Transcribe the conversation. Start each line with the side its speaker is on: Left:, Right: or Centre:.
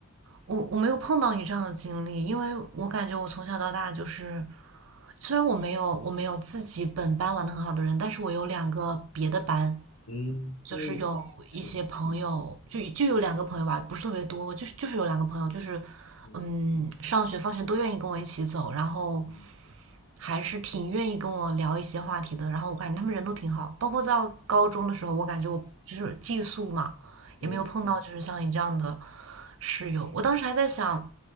Right: 我我没有碰到你这样的经历，因为我感觉我从小到大就是，虽然我没有我没有自己本班玩的很好的人，但是我有两个别的班，
Left: 嗯，
Right: 就是有一些朋友，
Left: 那就挺好。
Right: 就就有两个朋友吧，不是特别多，就是就是有两个朋友，就是
Left: 嗯
Right: 嗯，上学放学都愿意跟我一起走，然后
Left: 嗯
Right: 还是挺愿意跟我聊一些话题的。然后我感觉他们人都挺好，包括到高中的时候，我感觉我就是寄宿嘛，
Left: 嗯，
Right: 也没有碰到就是像你这样的室友。我当时还在想，